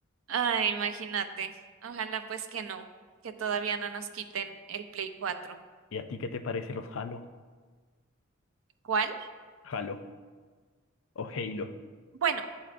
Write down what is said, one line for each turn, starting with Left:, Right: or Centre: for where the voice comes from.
Right: ay, imagínate. Ojalá pues que no, que todavía no nos quiten el Play 4.
Left: ¿Y a ti qué te parece los Halo?
Right: ¿Cuál?
Left: Halo o Halo.
Right: Bueno,